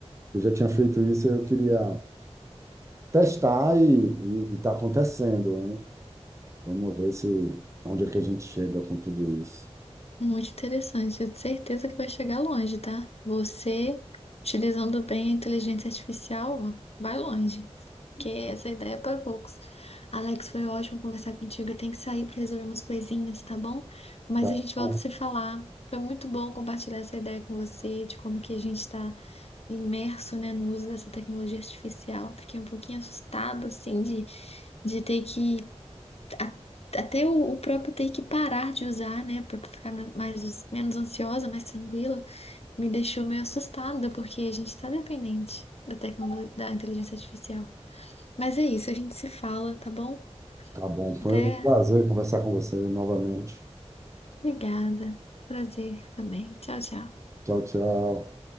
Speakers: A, on the right; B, on the left.
A: eu já tinha feito isso, eu queria testar e está acontecendo, né? Vamos ver se onde é que a gente chega com tudo isso.
B: Muito interessante. Eu tenho certeza que vai chegar longe, tá? Você, utilizando bem a inteligência artificial, ó, vai longe. Porque essa ideia é para poucos. Alex, foi ótimo conversar contigo. Eu tenho que sair para resolver umas coisinhas, tá bom? Mas
A: Tá
B: a gente volta
A: bom,
B: a se falar. Foi muito bom compartilhar essa ideia com você, de como que a gente está imerso, né, no uso dessa tecnologia artificial. Fiquei um pouquinho assustada, assim, de, de ter que. a- até o, o próprio ter que parar de usar, né, para ficar me- mais, menos ansiosa, mais tranquila, me deixou meio assustada, porque a gente está dependente da tecnologia, da inteligência artificial. Mas é isso, a gente se fala, tá bom?
A: tá bom. Foi
B: Até.
A: um prazer conversar com você novamente.
B: Obrigada. Prazer também. Tchau, tchau.
A: Tchau, tchau.